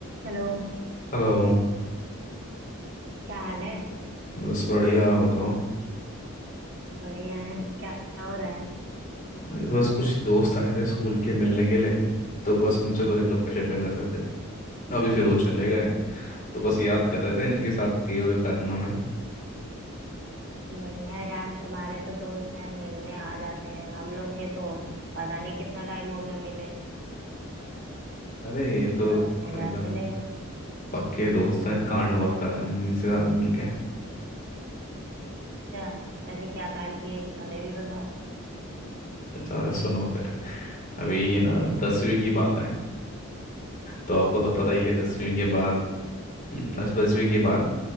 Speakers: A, on the right (about 55°); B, on the left (about 35°).
A: Hello
B: Hello
A: क्या हाल है
B: बस बढ़िया आप बताओ
A: बढ़िया है क्या हो रहा है
B: अरे बस कुछ दोस्त आए थे स्कूल के मिलने के लिए तो बस उनसे थोड़े गप्पे शप्पे कर रहे थे अभी फिर वो चले
A: हम्म,
B: गए तो बस याद कर रहे थे इनके साथ किए हुए करना में
A: बढ़िया है यार तुम्हारे तो दोस्त हैं मिलने आ जाते हैं हम लोग के तो पता नहीं कितना टाइम हो गया मिले
B: अरे ये तो
A: सब अपने
B: एकदम
A: घर चले गए
B: पक्के दोस्त हैं कांड बहुत कर रहे हैं हम इनके साथ मिलके
A: अच्छा वैसे क्या कांड किए कुछ हमें भी बताओ
B: अच्छा अभी सुनो फिर अभी ये ना दसवीं की बात है तो आपको
A: हम्म
B: तो पता ही है दसवीं के बाद दस दसवीं के बाद